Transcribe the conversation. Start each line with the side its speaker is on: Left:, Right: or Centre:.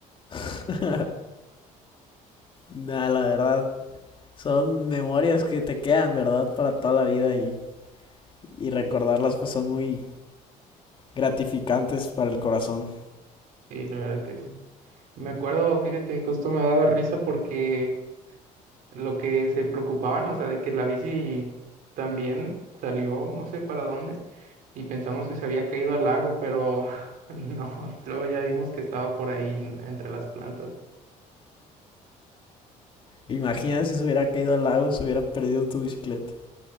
Left: <laughs> Nah, la verdad, son memorias que te quedan, ¿verdad? Para toda la vida y, y recordarlas pues son muy gratificantes para el corazón.
Right: Y la verdad que sí. Me acuerdo, fíjate, justo me daba risa porque lo que se preocupaban, o sea, de que la bici también salió, no sé para dónde, y pensamos que se había caído al lago, pero <laughs> no, luego ya vimos que estaba por ahí en- entre las plantas.
Left: Imagina si se hubiera caído al lago, se hubiera perdido tu bicicleta.